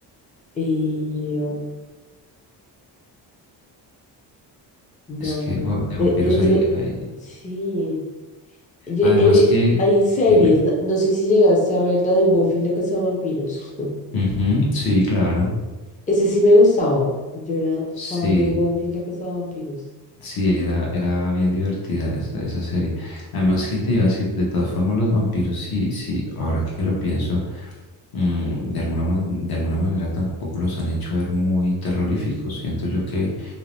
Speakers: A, on the left; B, on the left.
A: Y oh, no,
B: Es que bueno, de
A: de,
B: vampiros
A: de hecho,
B: hay, hay-
A: sí. Ye-
B: Además
A: eh,
B: que,
A: hay series,
B: dime.
A: no, no sé si llegaste a ver la de Buffy la cazavampiros. <laughs>
B: Ujú, sí, claro.
A: Ese sí me gustaba. Yo era
B: Sí.
A: fan de Buffy la cazavampiros.
B: Sí, era, era bien divertida esa, esa serie. Además, que te iba a decir? De todas formas, los vampiros, sí, sí, ahora que lo pienso, mm, de alguna, man- de alguna manera tampoco los han hecho ver muy terroríficos. Siento yo que,